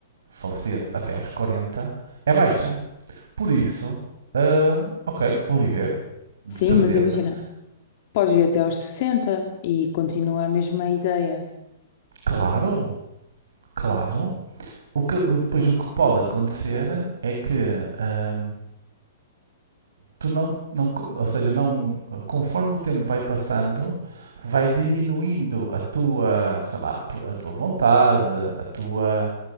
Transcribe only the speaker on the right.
falecer até aos 40 é baixa. Por isso, ah, ok, vou viver, de
certeza.
Claro, claro. O que, depois o que pode acontecer é que ahm, tu não, não, ou seja, não, conforme o tempo vai passando, vai diminuindo a tua, sei lá, a tua vontade, a tua